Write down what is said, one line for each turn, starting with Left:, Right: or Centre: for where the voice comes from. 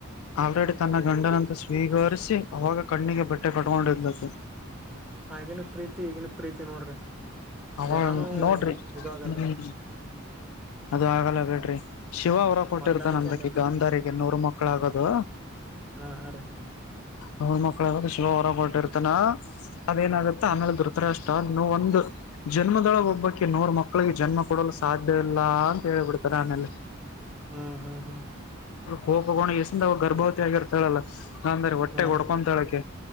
Left: ಆಲ್ರೆಡಿ ತನ್ನ ಗಂಡನಂತ ಸ್ವೀಕರಿಸಿ ಅವಾಗ ಕಣ್ಣಿಗೆ ಬಟ್ಟೆ ಕಟ್ಕೊಂಡಿದ್ದು ಸರ್
Centre: ಹಾಗೇನ ಪ್ರೀತಿ ಈಗಿನ ಪ್ರೀತಿ ನೋಡ್ರಿ
Left: ಅವ
Centre: ಜರಾನು
Left: ನೋಡ್ರಿ
Centre: ಇದು ಆಗಲ್ರಿ
Left: ಹ್ಮ್ ಅದು ಆಗಲ್ಲ ಬಿೇಡ್ರಿ ಶಿವ ಅವರ ಕೊಟ್ಟಿರ್ತನಾಕೇಗಿ
Centre: ಹೊಂದಾಣಿಕೆ ಆಗಲ್ರಿ
Left: ಗಾಂಧಾರಿಗೆ ನೂರ್ ಮಕ್ಳ ಆಗದು
Centre: ಹಾ ಹಾ ರೀ
Left: ನೂರು ಮಕ್ಳು ಶಿವ ವರ ಕೊಟ್ಟಿರ್ತಾನ ಅದೇನಾಗುತ್ತ ಆಮೇಲೆ ಧೃತ ರಾಷ್ಟ್ರನ್ನೋ ಒಂದು ಜನ್ಮದೊಳ ಒಬ್ಬಕಕ್ಕೆ ನೂರ್ ಮಕ್ಕಳಿಗೆ ಜನ್ಮ ಕೊಡಲು ಸಾಧ್ಯ ಇಲ್ಲ ಅಂತ ಹೇಳಿಬಿಡ್ತಾರೆ ಆಮೇಲಿ
Centre: ಹ್ಮ್ ಹ್ಮ್ ಹ್ಮ್
Left: ಕೋಪಗೋಣ ಎಸಿಂದ ಅವ ಗರ್ಭವತಿ ಆಗಿರ್ತಳಲ್ಲ ನಂದ್ರ ಹೊಟ್ಟೆ
Centre: ಹಾ
Left: ಹೊಡ್ಕೊಂತಾಳೆ
Centre: ರೀ